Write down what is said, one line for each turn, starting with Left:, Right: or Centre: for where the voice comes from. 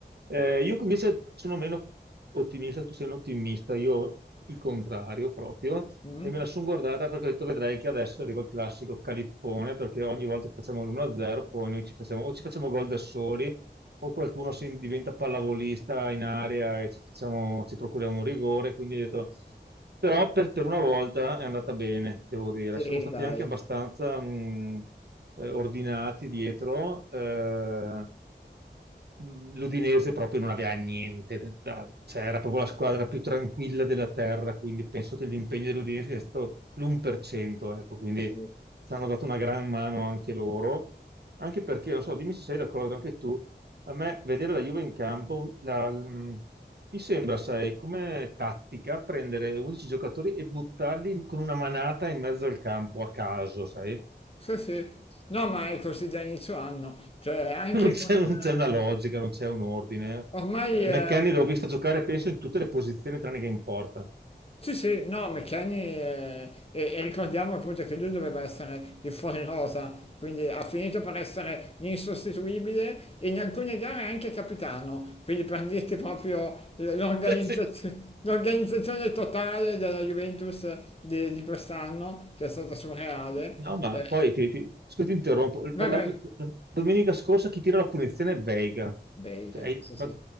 Right: Eh, io invece sono meno ottimista, tu sei un ottimista, io il contrario proprio
Left: Mm?
Right: e me la sono guardata perché ho detto vedrai che adesso arriva il classico calippone perché ogni volta che facciamo l'1-0 poi noi ci facciamo o ci facciamo gol da soli o qualcuno si diventa pallavolista in area e ci, facciamo- ci procuriamo un rigore, quindi ho detto però per, per una volta è andata bene, devo dire,
Left: Sì,
Right: siamo stati
Left: dai.
Right: anche abbastanza mh, eh, ordinati dietro, eh, mh, l'Udinese proprio non aveva niente, da- cioè era proprio la squadra più tranquilla della terra, quindi penso che l'impegno dell'Udinese sia stato l'1%, ecco, quindi
Left: Sì.
Right: ci hanno dato una gran mano anche loro, anche perché, non so, dimmi se sei d'accordo anche tu, a me vedere la Juve in campo la- mh, mi sembra, sai, come tattica prendere 11 giocatori e buttarli con una manata in mezzo al campo a caso, sai?
Left: Sì, sì. No, ma è così da inizio anno, cioè anche
Right: <laughs> non c'è
Left: con... eh,
Right: non c'è una logica, non c'è un ordine.
Left: Ormai...
Right: Eh,
Left: eh,
Right: McKennie l'ho visto giocare, penso, in tutte le posizioni tranne che in porta. <laughs>
Left: sì, sì, no, Meccani... eh, e, e ricordiamo appunto che lui doveva essere il fuori rosa, quindi ha finito per essere insostituibile e in alcune gare anche capitano, quindi per dirti proprio l'organizzazione...
Right: Cioè, sì.
Left: L'organizzazione totale della Juventus di, di quest'anno, che è stata surreale.
Right: No, ma
Left: Eh,
Right: poi, ti, ti- scusa, ti interrompo.
Left: vai,
Right: La- la-
Left: vai.
Right: la- domenica scorsa chi tira la punizione è Veiga.
Left: Bega,
Right: Cioè, hai-
Left: sì, sì.
Right: ma